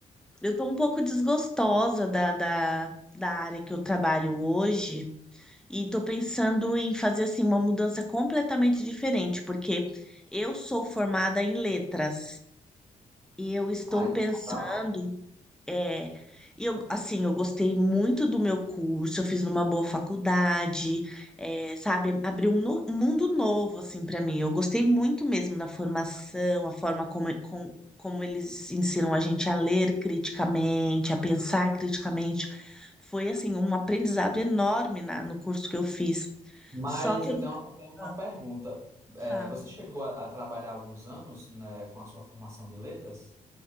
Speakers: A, in the centre; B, on the right.
A: eu tô um pouco desgostosa da, da, da área que eu trabalho hoje e tô pensando em fazer assim uma mudança completamente diferente, porque eu sou formada em letras e eu estou
B: Ai, que
A: pensando
B: tal?
A: É, e eu, assim, eu gostei muito do meu curso, eu fiz numa boa faculdade, é, sabe, abriu um, no- um mundo novo, assim, para mim. Eu gostei muito mesmo da formação, a forma como, e- com- como eles ensinam a gente a ler criticamente, a pensar criticamente. Foi, assim, um aprendizado enorme na, no curso que eu fiz.
B: Mas
A: Só que
B: eu
A: eu nunca
B: tenho eu tenho uma
A: ah,
B: pergunta.
A: falo,
B: É, você chegou a, a trabalhar alguns anos, né, com a sua formação de letras?